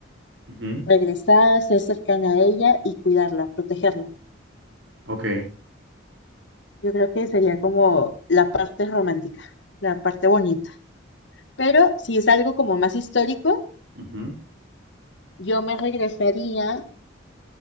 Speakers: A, on the right; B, on the left.
A: ujú,
B: regresar, ser cercana a ella y cuidarla, protegerla.
A: ok,
B: Yo creo que sería como la parte romántica, la parte bonita. Pero si es algo como más histórico,
A: ujú.
B: yo me regresaría